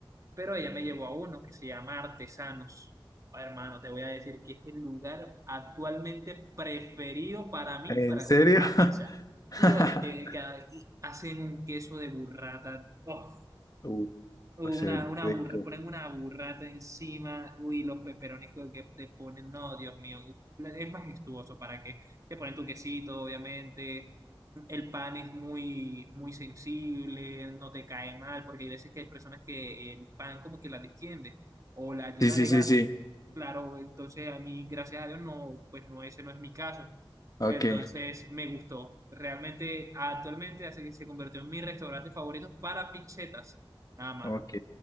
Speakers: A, on the right; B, on the left.
A: pero ella me llevó a uno que se llama artesanos. Hermano, te voy a decir que es el lugar actualmente preferido para mí
B: ¿En
A: para
B: serio?
A: comerme una pizza.
B: <laughs>
A: Dios, que, que hacen un queso de burrata. Oh,
B: Uh,
A: una,
B: se oye
A: una
B: rico.
A: burra, ponen una burrata encima. Uy, los peperones que te ponen. No, Dios mío. Es majestuoso para que te ponen tu quesito, obviamente. El pan es muy, muy sensible, no te cae mal, porque hay veces que hay personas que el pan como que la distiende o la llena
B: Sí, sí,
A: de
B: sí,
A: gases.
B: sí.
A: Claro, entonces a mí, gracias a Dios, no, pues no, ese no es mi caso.
B: Ok.
A: Entonces me gustó. Realmente, actualmente hace que se convirtió en mi restaurante favorito para pizzetas, nada más.
B: Ok.